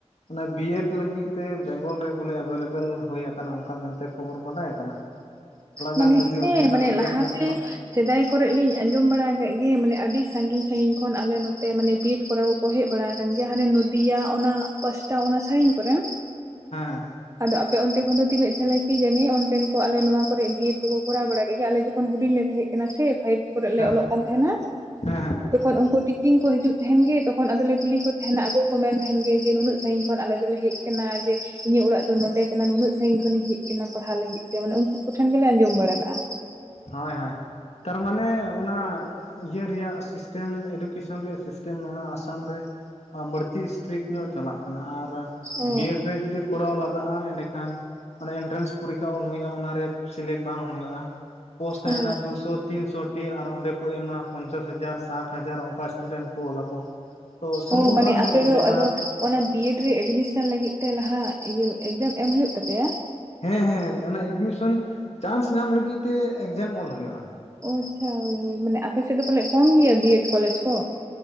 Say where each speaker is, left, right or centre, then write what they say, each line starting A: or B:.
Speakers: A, on the left; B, on the right.
A: ᱚᱱᱮ ᱵᱤᱨ ᱞᱟᱹᱜᱤᱫ ᱛᱮ ᱵᱮᱝᱜᱚᱞ ᱨᱮ ᱵᱚᱞᱮ ᱮᱵᱮᱞᱮᱵᱮᱞ ᱦᱩᱭ ᱟᱠᱟᱱᱟ ᱚᱱᱠᱟ ᱢᱮᱱᱛᱮ ᱠᱷᱚᱵᱚᱨ ᱵᱟᱰᱟᱭ ᱟᱠᱟᱱᱟ ᱛᱷᱚᱲᱟ ᱜᱟᱱ
B: ᱢᱟᱱᱮ
A: ᱡᱩᱫᱤ
B: ᱦᱮᱸ
A: ᱚᱱᱛᱮᱱᱟᱜ
B: ᱢᱟᱱᱮ
A: ᱟᱯᱰᱮᱴ
B: ᱞᱟᱦᱟᱛᱮ
A: ᱧᱟᱢ ᱠᱚᱜᱼᱟ
B: ᱥᱮᱫᱟᱭ ᱠᱚᱨᱮ ᱞᱤᱧ ᱟᱸᱡᱚᱢ ᱵᱟᱲᱟ ᱠᱟᱜ ᱜᱮ ᱢᱟᱱᱮ ᱟᱹᱰᱤ ᱥᱟᱺᱜᱤᱧ ᱥᱟᱺᱜᱤᱧ ᱠᱷᱚᱱ ᱟᱞᱮ ᱱᱚᱛᱮ ᱢᱟᱱᱮ ᱵᱤᱰ ᱠᱚᱨᱟᱣ ᱠᱚ ᱦᱮᱡ ᱵᱟᱲᱟ ᱟᱠᱟᱱ ᱜᱮᱭᱟ ᱦᱟᱱᱮ ᱱᱚᱫᱤᱭᱟ ᱚᱱᱟ ᱯᱟᱥᱴᱟ ᱚᱱᱟ ᱥᱟᱭᱤᱱ ᱠᱚᱨᱟ
A: ᱟᱸᱻ
B: ᱟᱫᱚ ᱟᱯᱮ ᱚᱱᱛᱮ ᱠᱷᱚᱱ ᱫᱚ ᱛᱤᱱᱟᱹᱜ ᱡᱷᱟᱹᱞᱟ ᱠᱤ ᱡᱟᱹᱱᱤ ᱚᱱᱛᱮᱱ ᱠᱚ ᱟᱞᱮ ᱱᱚᱣᱟ ᱠᱚᱨᱮ ᱜᱤ ᱠᱩᱠᱩ ᱠᱚᱨᱟᱣ ᱵᱟᱲᱟ ᱠᱮᱫ ᱜᱮᱭᱟ ᱟᱞᱮ ᱡᱚᱠᱷᱚᱱ ᱦᱩᱰᱤᱧ ᱞᱮ ᱛᱟᱦᱮᱸᱡ ᱠᱟᱱᱟ ᱥᱮ ᱯᱷᱟᱭᱤᱵ ᱠᱚᱨᱮ ᱞᱮ
A: ᱦᱮᱸ
B: ᱚᱞᱚᱜ ᱠᱟᱱ ᱛᱟᱦᱮᱱᱟ
A: ᱦᱮᱸ
B: ᱛᱚᱠᱷᱚᱱ ᱩᱱᱠᱩ ᱴᱤᱯᱤᱝ ᱠᱚ ᱦᱤᱡᱩᱜ ᱛᱟᱦᱮᱱ ᱜᱮ ᱛᱚ ᱠᱷᱚᱱ ᱟᱫᱚᱞᱮ ᱠᱩᱞᱤ ᱠᱚ ᱛᱟᱦᱮᱱᱟ ᱟᱠᱚᱜᱮ ᱠᱚ ᱢᱮᱱ ᱛᱟᱦᱮᱸᱱ ᱜᱮ ᱡᱮ ᱱᱩᱱᱟᱹᱜ ᱥᱟᱺᱜᱤᱧ ᱠᱷᱚᱱ ᱟᱞᱮ ᱫᱚᱞᱮ ᱦᱮᱡ ᱠᱟᱱᱟ ᱡᱮ ᱤᱟᱹᱜ ᱚᱲᱟᱜ ᱫᱚ ᱱᱚᱰᱮ ᱠᱟᱟᱱ ᱱᱩᱱᱟᱹᱜ ᱥᱟᱺᱜᱤᱧ ᱠᱷᱚᱱᱤᱧ ᱦᱮᱡ ᱠᱟᱱᱟ ᱯᱟᱲᱦᱟᱣ ᱞᱟᱹᱜᱤᱫ ᱛᱮ ᱢᱟᱱᱮ ᱩᱱᱠᱩ ᱠᱚᱴᱷᱮᱱ ᱜᱮᱞᱮ ᱟᱸᱡᱚᱢ ᱵᱟᱲᱟ ᱞᱟᱜᱼᱟ
A: ᱦᱳᱭ ᱦᱳᱭ ᱛᱟᱨᱢᱟᱱᱮ ᱚᱱᱟ ᱭᱟᱦᱟᱹᱨ ᱧᱚᱜ ᱥᱤᱥᱴᱮᱢ ᱮᱰᱩᱠᱮᱥᱚᱱ ᱨᱮᱭᱟᱜ ᱥᱤᱥᱴᱮᱢ ᱚᱱᱟ ᱟᱥᱟᱢ ᱨᱮ ᱟ ᱵᱟᱹᱲᱛᱤ ᱥᱴᱨᱤᱠ ᱧᱚᱜ ᱪᱟᱞᱟᱜ ᱠᱟᱱᱟ ᱟᱨ
B: ᱚ
A: ᱵᱤᱭᱮᱰ ᱨᱮ ᱡᱩᱫᱤ ᱠᱚᱨᱟᱣ ᱞᱟᱜᱟᱜᱼᱟ ᱮᱸᱰᱮᱠᱷᱟᱱ ᱢᱟᱱᱮ ᱮᱱᱴᱨᱟᱱᱥ ᱯᱩᱨᱤᱠᱠᱷᱟ ᱚᱞ ᱦᱩᱭᱩᱜᱼᱟ ᱚᱱᱟᱨᱮ ᱥᱤᱞᱮᱠᱴ ᱵᱟᱝ ᱦᱩᱭᱩᱜᱼᱟ ᱯᱳᱥ ᱛᱟᱦᱮᱱᱟ
B: ᱚ
A: ᱫᱩᱥᱚ ᱛᱤᱱ ᱥᱚ ᱴᱤ ᱟᱨ ᱚᱸᱰᱮ ᱠᱚ ᱮᱢᱟ ᱯᱚᱧᱪᱟᱥ ᱦᱟᱡᱟᱨ ᱥᱟᱴ ᱦᱟᱡᱟᱨ ᱚᱱᱠᱟ ᱥᱴᱩᱰᱮᱱᱴ ᱠᱚ ᱚᱞ ᱟᱠᱚ᱾ ᱛᱚ ᱥᱚᱢᱵᱷᱚᱵ
B: ᱚ ᱢᱟᱱᱮ
A: ᱵᱟᱝ
B: ᱟᱯᱮ
A: ᱦᱩᱭᱩᱜᱼᱟ
B: ᱫᱚ
A: ᱡᱮ ᱚᱱᱟ
B: ᱟᱫᱚ ᱚᱱᱟ ᱵᱤᱭᱮᱰ ᱨᱮ ᱮᱰᱢᱤᱥᱚᱱ ᱞᱟᱹᱜᱤᱫ ᱛᱮ ᱞᱟᱦᱟ ᱤᱭᱟᱹ ᱮᱠᱡᱟᱢ ᱮᱢ ᱦᱳᱭᱳᱜ ᱛᱟᱯᱮᱭᱟ?
A: ᱦᱮᱸ ᱦᱮᱸ ᱚᱱᱟ ᱮᱰᱢᱤᱥᱚᱱ ᱪᱟᱱᱥ ᱧᱟᱢ ᱞᱟᱹᱜᱤᱫ ᱛᱮ ᱮᱠᱡᱟᱢ ᱚᱞ ᱦᱩᱭᱩᱜᱼᱟ᱾
B: ᱳ ᱟᱪᱪᱷᱟ ᱦᱳᱭ ᱦᱳᱭ ᱢᱟᱱᱮ ᱟᱯᱮᱥᱮᱫ ᱫᱚ ᱯᱟᱞᱮᱫ ᱠᱚᱢ ᱜᱮᱭᱟ ᱵᱤᱭᱮᱰ ᱠᱚᱞᱮᱡᱽ ᱠᱚ᱾